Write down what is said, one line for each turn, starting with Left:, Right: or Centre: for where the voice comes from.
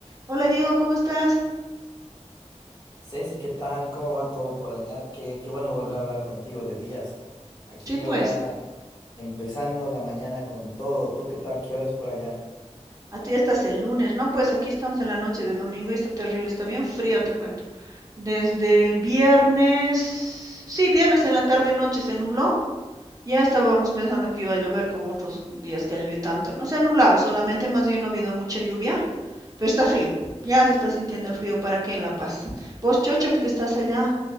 Right: Hola Diego, ¿cómo estás?
Left: Ceci, ¿qué tal? ¿Cómo va todo por allá? Qué, qué bueno volver a hablar contigo de días. Aquí
Right: Sí, pues,
Left: yo ya empezando la mañana con todo. ¿Tú qué tal? ¿Qué horas por allá?
Right: a ti ya estás en lunes, ¿no? Pues aquí estamos en la noche de domingo y está terrible, está bien frío, te cuento. Desde el viernes, sí, viernes en la tarde noche se nubló. Ya estábamos pensando que iba a llover como otros días que ha llovido tanto. No se ha nublado, solamente más bien no ha habido mucha lluvia, pero está frío. Ya se está sintiendo el frío para aquí en La Paz. Vos, Chocho, pues que estás allá